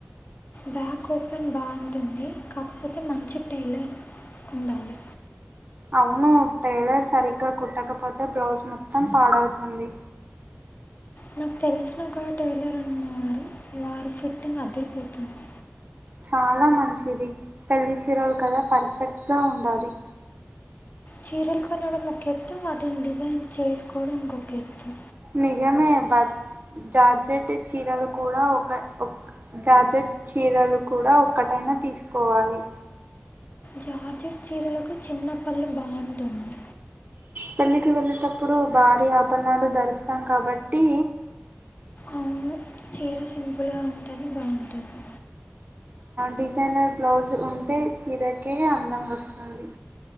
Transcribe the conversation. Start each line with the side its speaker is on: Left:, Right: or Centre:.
Left: బ్యాక్ ఓపెన్ బాగుంటుంది కాకపోతే మంచి టైలర్ ఉండాలి
Right: అవును టైలర్ సరిగ్గా కుట్టకపోతే బ్లౌజ్ మొత్తం పాడవుతుంది
Left: నాకు తెలిసిన ఒక టైలర్ అన్నారు వారి ఫిట్టింగ్ అద్దిరిపోతుంది
Right: చాలా మంచిది పెళ్లి చీరలు కదా పర్ఫెక్ట్గా ఉండాలి
Left: చీరలు కొనడం ఒక ఎత్తు వాటిని డిజైన్ చేసుకోవడం ఇంకొక ఎత్తు
Right: నిజమే బ జార్జెట్ చీరలు కూడా ఒక ఒక జార్జెట్ చీరలు కూడా ఒక్కటైనా తీసుకోవాలి
Left: జార్జెడ్ చీరలకు చిన్న పళ్ళు బాగుంటుంది
Right: పెళ్లికి వెళ్ళేటప్పుడు భారీ ఆభరణాలు ధరిస్తాం కాబట్టి
Left: అవును చీర సింపుల్గా ఉంటుందు బాగుంటుంది
Right: డిజైనర్ బ్లౌజ్ ఉంటే చీరకే అందం వస్తుంది